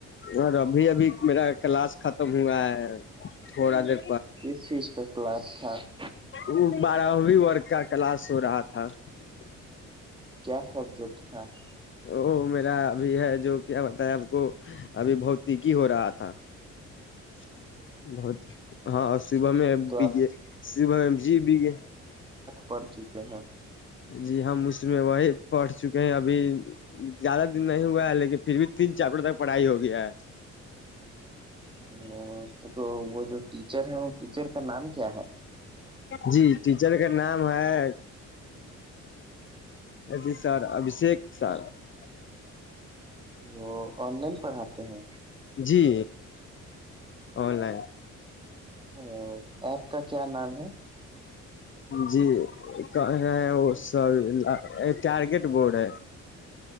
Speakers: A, on the left; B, on the right.
A: اور ابھی ابھی میرا کلاس ختم ہوا ہے تھوڑا دیر
B: اس چیز کاہ کلاس تھا <unintelligible>
A: وہ بارہویں ورگ کا کلاس ہو رہا تھا <unintelligible>
B: کیا سبجیکٹ تھا <unintelligible>
A: وہ میرا ابھی ہے جو کیا بتا ہے آپ کو ابھی بھتیک ہی ہو رہا تھا <unintelligible> بہت ہاں صبح میں
B: تو
A: بگ
B: آپ
A: صبح میں جی بگے <unintelligible>
B: پڑ چکے ہیں <unintelligible>
A: جی ہم اس میں وہی پڑھ چکے کہ ابھی <unintelligible> زیادہ دن نہیں ہوا ہے لیکن پھر بھی تین چارپٹر تک پڑھائی ہو گیا ہے <unintelligible>
B: ہ تو <unintelligible> تو وہ جو ٹیچر ہیں وہ <unintelligible> دوچر کا نام کیا ہے <unintelligible>
A: جی ٹیچر کا نام ہے جی سر ابھیشیک سر <unintelligible>
B: وہ آن لائن پڑھاتے ہیں
A: جی آن لائن <unintelligible>
B: ا ایپ کا کیا نام ہے
A: جی کہ وہ سب ٹارگیٹ بورڈ ہے <unintelligible>